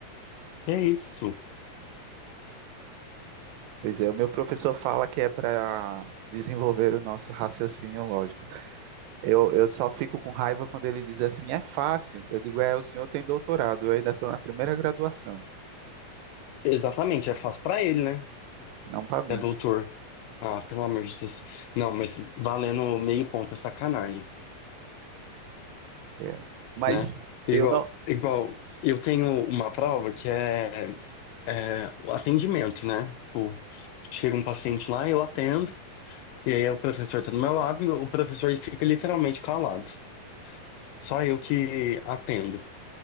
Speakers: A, on the left; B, on the right.
A: É isso.
B: Pois é, o meu professor fala que é para desenvolver o nosso raciocínio lógico. Eu, eu só fico com raiva quando ele diz assim, é fácil. Eu digo, é, o senhor tem doutorado, eu ainda estou na primeira graduação,
A: Exatamente, é fácil pra ele, né?
B: não para mim.
A: É doutor. Ah, pelo amor de Deus. Não, mas valendo meio ponto é sacanagem.
B: É. Mas
A: né? Igual,
B: eu não.
A: igual, eu tenho uma prova que é, é o atendimento, né? Tipo, chega um paciente lá, eu atendo, e aí o professor tá do meu lado, e o professor fica literalmente calado. Só eu que atendo.